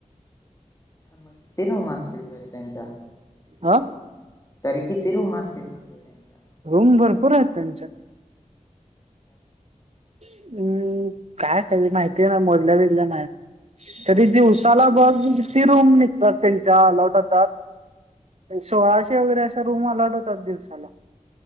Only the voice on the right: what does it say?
हा
रूम भरपूर आहेत त्यांच्या. हम्म काय का माहितीय ना मोडल्या बिजल्या नाही तरी
दिवसाला बघ तिरूम सर त्यांच्या <unintelligible> सोळाशे वगैरे अशा रूम अलाउढ होतात दिवसाला.